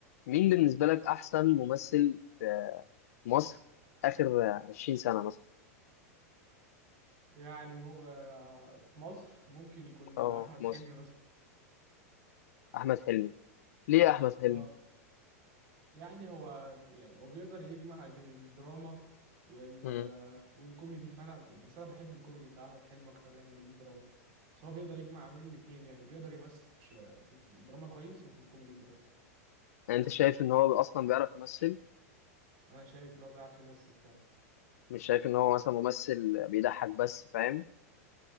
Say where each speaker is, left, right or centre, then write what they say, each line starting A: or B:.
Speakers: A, on the left; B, on the right.
A: مين بالنسبة لك أحسن ممثل في مصر آخر 20 سنة مثلا
B: يعني مو... آه، في مصر ممكن يكون
A: اه
B: احمد
A: في
B: حلمي
A: مصر
B: مثلا
A: أحمد حلمي ليه أحمد حلمي؟
B: اه يعني هو ب- يعني هو بيقدر يجمع بين الدراما وال
A: امم
B: آه، والكوميدي فانا ب- بس انا بحب الكوميدي بتاع احمد حلمي اكتر يعني من الدراما بس هو بيقدر يجمع بين الاتنين يعني بيقدر يمثل ش- في الدراما كويس وفي الكوميدي كويس
A: يعني أنت شايف إن هو أصلا بيعرف يمثل
B: انا شايف اللي هو بيعرف يمثل فعلا
A: مش شايف إن هو مثلا ممثل بيضحك بس فاهم؟